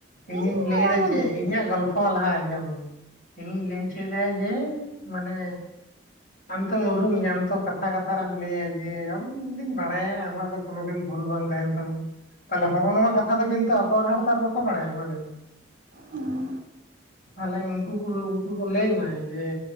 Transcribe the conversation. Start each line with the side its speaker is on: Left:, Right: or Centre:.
Left: ᱤᱧᱤᱧ
Right: ᱫᱚ
Left: ᱞᱟᱹᱭ
Right: ᱚᱱᱟᱜᱮᱢ
Left: ᱮᱫᱟ ᱪᱮᱫ
Right: ᱞᱟᱹᱭᱫᱟ
Left: ᱤᱧᱟᱹᱜ ᱜᱚᱞ ᱯᱷᱚ ᱞᱟᱦᱟ ᱟᱸᱡᱚᱢ ᱢᱮ ᱤᱧᱤᱧ ᱞᱟᱹᱭ ᱚᱪᱚᱭ ᱫᱟ ᱡᱮ ᱢᱟᱱᱮ ᱟᱢ ᱛᱚᱢ ᱩᱨᱩᱢᱤᱧᱟ ᱟᱢ ᱛᱚ ᱠᱟᱛᱷᱟ ᱠᱟᱛᱷᱟ ᱨᱮᱢ ᱞᱟᱹᱭᱟ ᱡᱮ ᱟᱢᱫᱩᱧ ᱵᱟᱲᱟᱭᱟ ᱟᱢᱟᱜ ᱫᱚ ᱠᱚᱱᱚ ᱫᱤᱱ ᱵᱷᱩᱞ ᱵᱟᱝ ᱛᱟᱦᱮᱱ ᱛᱟᱢᱟ, ᱛᱟᱦᱞᱮ ᱦᱚᱜᱼᱚ ᱱᱚᱣᱟ ᱠᱟᱛᱷᱟ ᱫᱚ ᱠᱤᱱᱛᱩ ᱟᱠᱚ ᱚᱲᱟᱜ ᱦᱚᱲ ᱛᱚ ᱟᱨ ᱵᱟᱠᱚ ᱵᱟᱲᱟᱭᱟ ᱢᱟ ᱞᱟᱹᱭ ᱢᱮ?
Right: ᱦᱩᱸ᱾
Left: ᱛᱟᱦᱞᱮ ᱩᱝᱠᱩ <unintelligible> ᱩᱝᱠᱩ ᱠᱚ ᱞᱟᱹᱭ ᱢᱟ ᱡᱮ